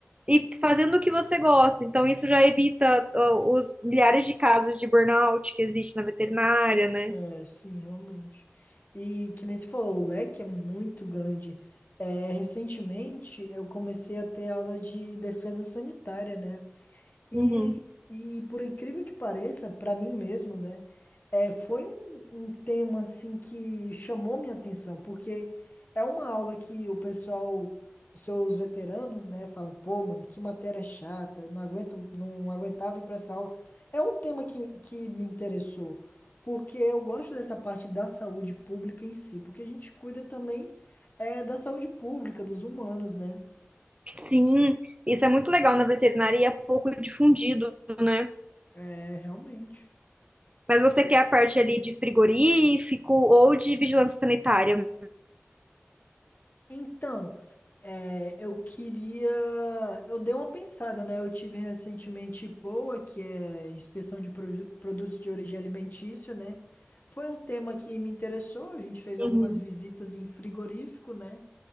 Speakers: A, on the right; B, on the left.
A: e fazendo o que você gosta. Então, isso já evita, ó, os milhares de casos de burnout que existe na veterinária, né?
B: É, sim, realmente. E que nem você falou, o leque é muito grande. É, recentemente eu comecei a ter aula de defesa sanitária, né? E,
A: Uhum.
B: e por incrível que pareça, pra mim mesmo, né, é, foi um, um tema assim que chamou minha atenção, porque é uma aula que o pessoal, os seus veteranos, né, falam, pô, mano, que matéria chata, não aguento, não aguentava ir pra essa aula. É um tema que, que me interessou, porque eu gosto dessa parte da saúde pública em si, porque a gente cuida também é, da saúde pública, dos humanos, né?
A: Sim, isso é muito legal na veterinária e é pouco difundido, né?
B: É, realmente.
A: Mas você quer a parte ali de frigorífico ou de vigilância sanitária.
B: Então, é, eu queria. Eu dei uma pensada, né? Eu tive recentemente IPOA, que é Inspeção de Produ- Produtos de Origem Alimentício, né? Foi um tema que me interessou. A gente fez
A: Uhum.
B: algumas visitas em frigorífico, né?